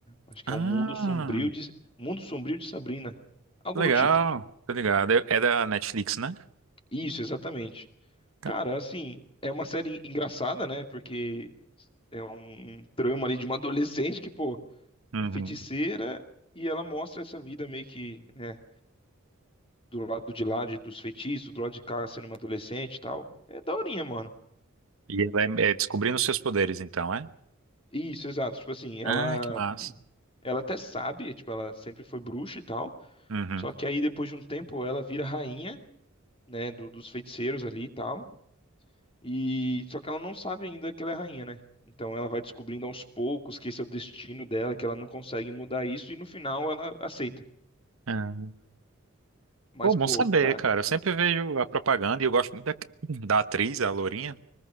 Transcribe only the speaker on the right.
Ah,
legal,
tô ligado. É é da Netflix, né?
Tá.
Uhum.
E ela é, é descobrindo os seus poderes, então, é?
Ah,
que massa.
Uhum.
Ah,
pô, bom
saber,
cara. Eu sempre vejo a propaganda e eu gosto muito da, da atriz, a Lourinha.